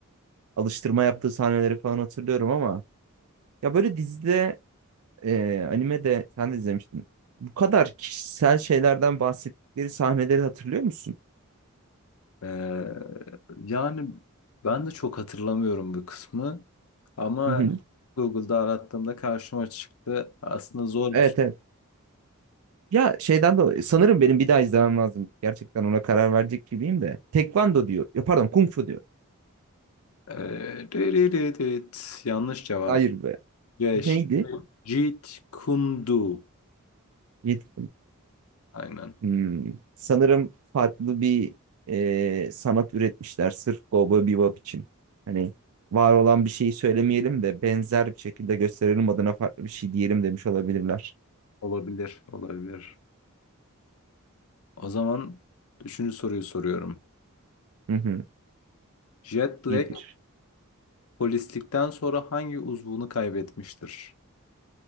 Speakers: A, on the right; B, on the left.
A: Alıştırma yaptığı sahneleri falan hatırlıyorum ama ya böyle dizide e, animede sen de izlemiştin. Bu kadar kişisel şeylerden bahsettikleri sahneleri hatırlıyor musun?
B: Ee, yani ben de çok hatırlamıyorum bu kısmı ama
A: Hı hı.
B: Google'da arattığımda karşıma çıktı. Aslında zormuş.
A: Evet evet. Ya şeyden dolayı sanırım benim bir daha izlemem lazım. Gerçekten ona karar verecek gibiyim de. Tekvando diyor. Ya pardon Kung Fu diyor.
B: Ee, dırırırırt. yanlış cevap.
A: Hayır be.
B: C.
A: Neydi?
B: Jeet Kune Do.
A: Yedi.
B: Aynen.
A: Hmm. Sanırım farklı bir e, sanat üretmişler sırf Cowboy Bebop için. Hani var olan bir şeyi söylemeyelim de benzer bir şekilde gösterelim adına farklı bir şey diyelim demiş olabilirler.
B: Olabilir, olabilir. O zaman üçüncü soruyu soruyorum.
A: Hı hı.
B: Jet Black
A: Bir bir.
B: Polislikten sonra hangi uzvunu kaybetmiştir?